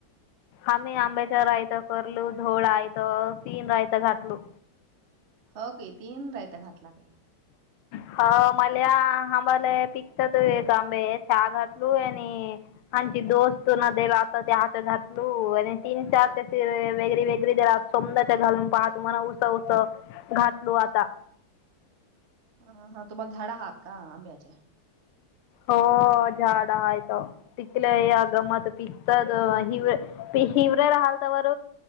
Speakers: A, on the left; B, on the right.
A: आ्ही आंब्याच्या रायता करलू धोळायथ तीन रायता घातलू
B: होगतीन रायता का घा ला काही
A: हो मला आंबाला पिकतात एक आंबे चहा घातलू आणि आची दोस्त न देला आता त्या हात घातलू आणि तीन चार त्या वेगरी वेग दला सोमच्या घालून पाहत म्हणा उस उस घातलू आता
B: ह हा तुम्हाग झाडा हाात का आंब्याचेे
A: हो झाड पिकल्या गमत पिकतात हिे हिवरे राहाल तरवर